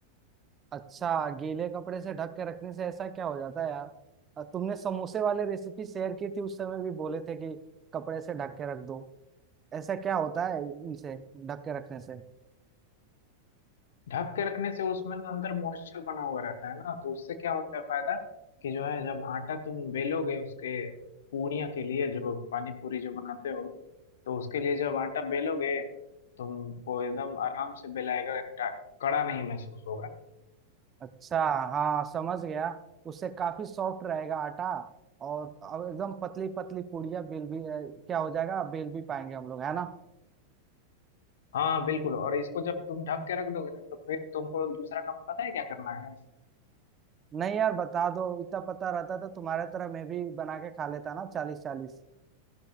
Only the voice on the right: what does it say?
अच्छा गीले कपड़े से ढक के रखने से ऐसा क्या हो जाता है यार अ, तुमने समोसे वाले रेसिपी शेयर की थी उस समय भी बोले थे कि कपड़े से ढक के रख दो ऐसा क्या होता है इनसे ढक के रखने से
अच्छा हाँ समझ गया उससे काफी सॉफ्ट रहेगा आटा और अब एकदम पतली पतली पूड़ियाँ बेल भी अ, क्या हो जाएगा बेल भी पाएंगे हम लोग है ना
नहीं यार बता दो इतना पता रहता तो तुम्हारे तरह मैं भी बना के खा लेता ना चालीस चालीस